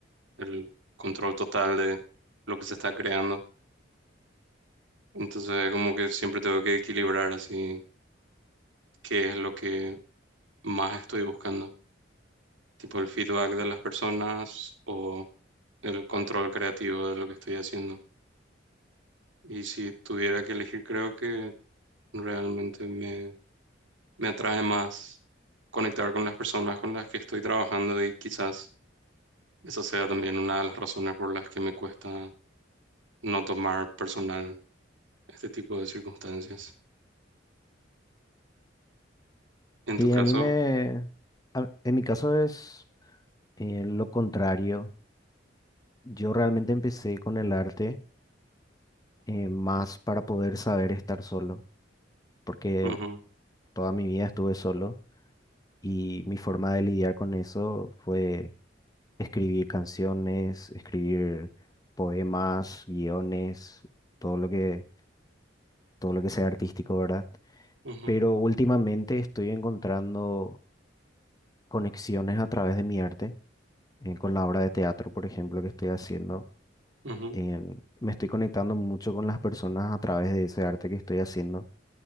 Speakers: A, on the right; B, on the left.
A: el control total de lo que se está creando. Entonces, como que siempre tengo que equilibrar así qué es lo que más estoy buscando, tipo el feedback de las personas o el control creativo de lo que estoy haciendo. Y si tuviera que elegir, creo que realmente me, me atrae más conectar con las personas con las que estoy trabajando y quizás esa sea también una de las razones por las que me cuesta no tomar personal este tipo de circunstancias. En
B: Sí,
A: tu caso,
B: a mí me, a- en mi caso es eh, lo contrario. Yo realmente empecé con el arte eh, más para poder saber estar solo, porque
A: ujú,
B: toda mi vida estuve solo y mi forma de lidiar con eso fue escribir canciones, escribir poemas, guiones, todo lo que, todo lo que sea artístico, ¿verdad?
A: ujú,
B: Pero últimamente estoy encontrando conexiones a través de mi arte, eh, con la obra de teatro, por ejemplo, que estoy haciendo.
A: ujú.
B: em, me estoy conectando mucho con las personas a través de ese arte que estoy haciendo.